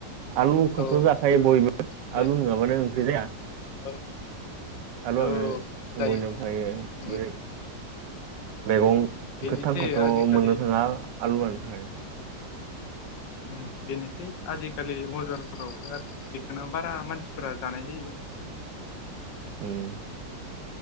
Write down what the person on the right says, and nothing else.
आलुखौथ'
जाखायो
बयबो
आलु नङाबानो ओंख्रि जाया।
आलु
आङो
बयनावबो थायो।
बे मैगं
गोथांखौथ'
मोननो थाङा आलुवानो थाङो।
<inaudible> उम।